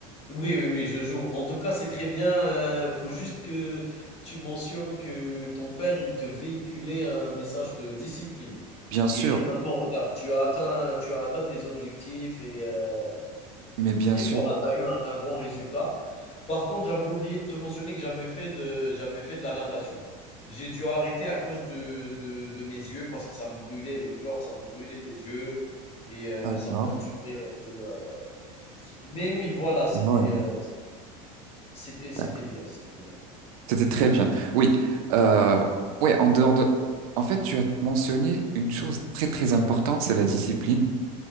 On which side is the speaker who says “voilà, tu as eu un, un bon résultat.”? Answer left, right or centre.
Left